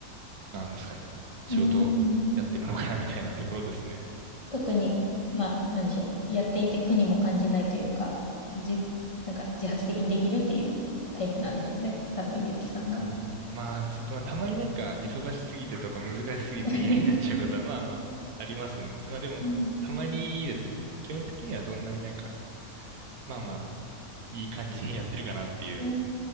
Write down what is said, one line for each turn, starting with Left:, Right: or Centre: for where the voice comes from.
Right: なんですかね。仕事をやってるのかなみたいなところですね。
Left: ーん。特に、まあ、なんでしょう。やっていて苦にも感じないというか、じ、なんか自発的にできるっていうタイプなんでしょうね。多分、ゆうきさんが。
Right: そう。まあ、そまあ、たまになんか忙しすぎてとか難しすぎて嫌になっちゃうことはまあまあありますね。
Left: <laughs>
Right: まあでも、
Left: うん
Right: たまにですね。基本的にはそんなになんか、まあまあ、いい感じにやってるかなっていう
Left: うー